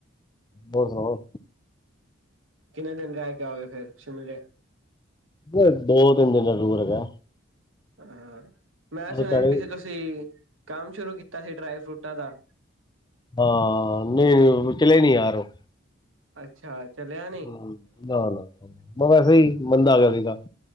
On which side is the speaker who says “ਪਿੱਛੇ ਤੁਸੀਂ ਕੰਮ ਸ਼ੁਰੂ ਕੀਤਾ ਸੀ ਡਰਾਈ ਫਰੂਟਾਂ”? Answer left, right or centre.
Right